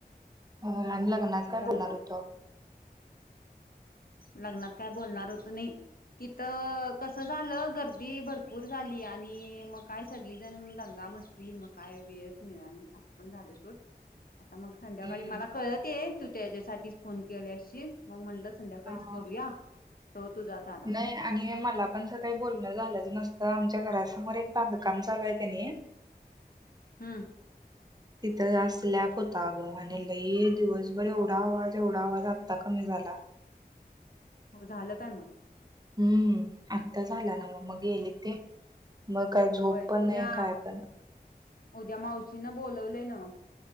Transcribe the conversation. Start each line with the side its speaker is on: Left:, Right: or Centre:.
Right: <unintelligible>
Left: असं
Right: काय
Left: झालं
Right: बोलणार होतो
Left: लग्नात काय बोलणार होतो नाही तिथ कस झालं गर्दी भरपूर झाली आणि मग काय सगळीजण दंगा <unintelligible> मग काय वेळच <unintelligible> <unintelligible> <unintelligible> आता मग संध्याकाळी
Right: आपण
Left: मला कळलं ते आहे तू त्याच्यासाठीच फोन केले असशील मग म्हणलं संध्याकाळीच
Right: हा
Left: करूया तो तुझाच आला
Right: नाही आणि मला पण सकाळी बोलणं झालंच नसतं आमच्या घराच समोर एक बांधकाम चालू आहे की नाही
Left: हम
Right: तिथं आज स्लॅप होता अगं आणि लई दिवसभर एवढा आवाज एवढा आवाज आत्ता कमी झाला
Left: हो झालं काय मग
Right: हम्म आता झाला ना मग गेले ते मग काय झोप
Left: होय
Right: पण
Left: उद्या
Right: नाही काय <unintelligible>
Left: उद्या मावशीन बोलवलंय <unintelligible>